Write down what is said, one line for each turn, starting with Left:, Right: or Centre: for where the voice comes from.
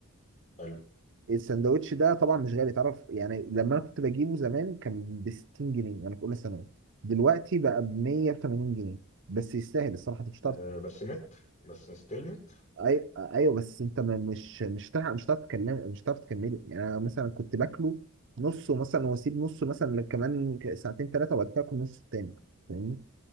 Left: حلو
Right: السندوتش ده طبعا مش غالي تعرف يعني لما انا كنت بجيبه زمان كان ب 60 جنيه انا في اولى ثانوي دلوقتي بقى ب 180 جنيه بس يستاهل الصراحه أنت مش هتعرف
Left: آه بس متر بس ستيل متر
Right: أي... ايوه بس انت ما- مش مش هتعرف مش هتعرف تكلم مش هتعرف تكمله يعني انا مثلا كنت باكله نصه مثلا واسيب نصه مثلا كمان ساعتين ثلاثه وبعد كده اكل نص التاني فاهمني